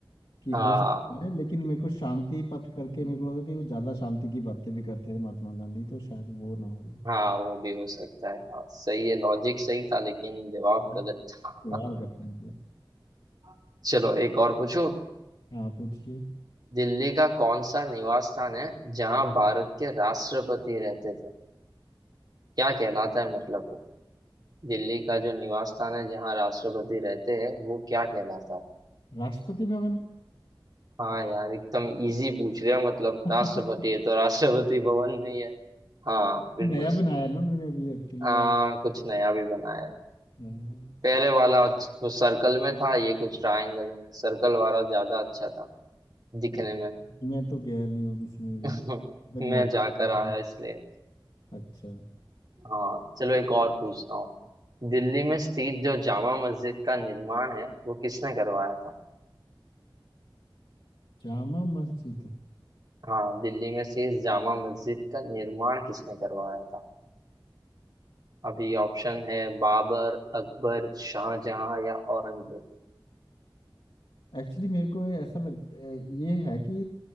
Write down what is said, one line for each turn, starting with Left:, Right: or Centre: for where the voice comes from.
Left: कि
Right: हाँ
Left: हो सकता है लेकिन मेरे को शांति पथ करके मेरे को लगा कि वो ज्यादा शांति की बातें भी करते थे महात्मा गांधी तो शायद वो ना हो गए
Right: हाँ वो भी हो सकता है हाँ सही है लॉजिक सही था लेकिन जवाब
Left: हाँ
Right: गलत था
Left: वाह करके निकला
Right: <laughs> चलो एक और पूछो
Left: हाँ पूछिए
Right: दिल्ली का कौन सा निवास स्थान है जहाँ भारत के राष्ट्रपति रहते थे क्या कहलाता है मतलब दिल्ली का जो निवास स्थान है जहाँ राष्ट्रपति रहते हैं वो क्या कहलाता है
Left: राष्ट्रपति भवन
Right: हाँ यार एकदम इजी पूछ लिया मतलब
Left: <laughs>
Right: राष्ट्रपति है तो राष्ट्रपति भवन में ही है हाँ बिल्कुल
Left: नया
Right: सही।
Left: बनाया ना उन्होंने अभी एक्चुअली
Right: आ,
Left: वो
Right: कुछ नया भी बनाया है
Left: हाँ।
Right: पहले वाला वो सर्कल में था ये कुछ ट्रायंगल में सर्कल वाला ज्यादा अच्छा था दिखने
Left: अब
Right: में
Left: मैं तो गया नहीं हूँ किसी में
Right: <laughs>
Left: भी तक
Right: मैं
Left: मौका
Right: जाकर
Left: नहीं
Right: आया इसलिए
Left: मिला। अच्छा
Right: हाँ चलो एक और पूछता हूँ दिल्ली में स्थित जो जामा मस्जिद का निर्माण है वो किसने करवाया था
Left: जामा मस्जिद
Right: हाँ दिल्ली में शेष जामा मस्जिद का निर्माण किसने करवाया था अभी ऑप्शन है बाबर अकबर शाहजहां या औरंगजेब
Left: एक्चुअली मेरे को ये ऐसा लग ये है कि